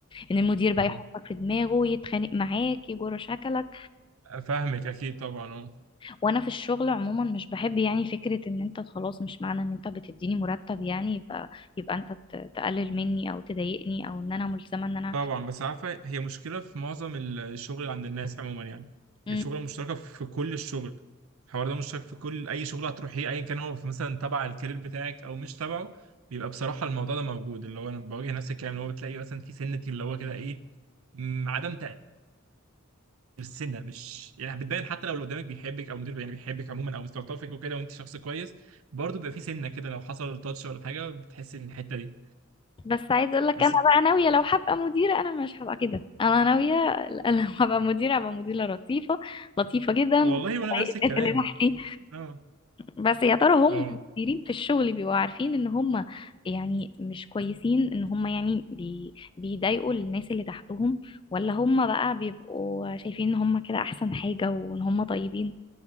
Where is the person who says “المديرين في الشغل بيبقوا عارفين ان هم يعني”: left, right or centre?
Left